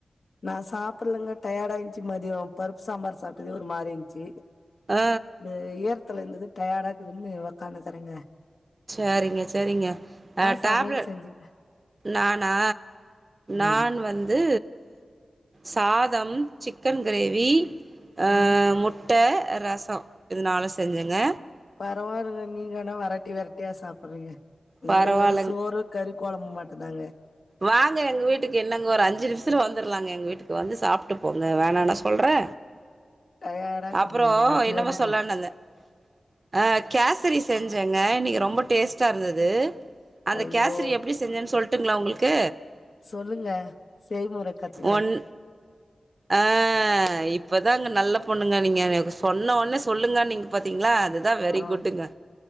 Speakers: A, on the left; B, on the right.
A: நா சாப்டலங்க டயடாயி ச்சி மதியொ பருப்பு சாம்பாரு சாப்ட்டதே ஒரு மாரி இந்ச்சி
B: ஆ
A: இந்த ஈரத்தல இருந்தது டயடாக்குதுன்னு ஒக்காதுகிறங்க
B: சேரிங்க சேரிங்க ஆ
A: சமையல்
B: டேப்லெ
A: செஞ்சீங்க
B: நானா
A: ம்
B: நான் வந்து சாதம் சிக்கன் கிரேவி அ
A: ம்
B: முட்ட ரஸ் ச இது நாலூ செஞ்சங்க
A: பரவால்ங்க நீங்கனா வெரைட்டி வெரைட்டியா சாப்படுறீங்க
B: பரவால்லங்
A: இங்க வெறு சோறு கறி கொழம்பு மட்டுந்தாங்க
B: வாங்க எங்க வீட்டுக்கு என்னங்க ஒரு அஞ்சு நிமிஷத்ல வந்துடுலாங்க எங்க வீட்டுக் வந்து சாப்ட்டு போங்க வேணானா சொல்றே
A: டயர்டா இருக்குதுங்க
B: அப்றோ
A: இல்லாட்டி
B: என்னமோ
A: வந்துக்க
B: சொல்லனுன் வந்தே ஆ கேஸ ரி செஞ்சங்க இன்னக்கி ரொம்ப டேஸ்ட்டாருந்தது அந்த
A: ஐயோ
B: கேசரி எப்டி செஞ்சன்னு சொல் ட்டுங்ளா ஒங்ளுக்கு
A: சொல்லுங்க செய்முற கத்துக்றே
B: ஒன் ஆ இப்பதாங்க நல்ல பொண்ணுங்க நீங்க சொன்னோனே சொல்லுங்கன்னீங்க பாத்தீங்ளா அது அதா வெரி
A: ஆ
B: குட்டுங்க